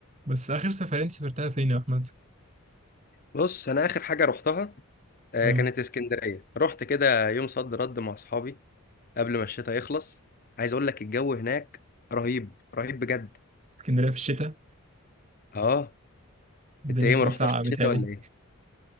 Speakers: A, on the right (about 30°); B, on the left (about 40°).
A: بس آخر سفرين سافرتها فين يا أحمد؟
B: بص انا اخر حاجه رحتها آه،
A: اه
B: كانت اسكندريه رحت كده يوم صد رد مع اصحابي قبل ما الشتاء يخلص عايز اقول لك الجو هناك رهيب رهيب بجد
A: اسكندرية في الشتاء
B: اه
A: الدنيا
B: انت ايه
A: تبقى
B: ما رحتش
A: ساقعة بتهيألي
B: الشتاء ولا ايه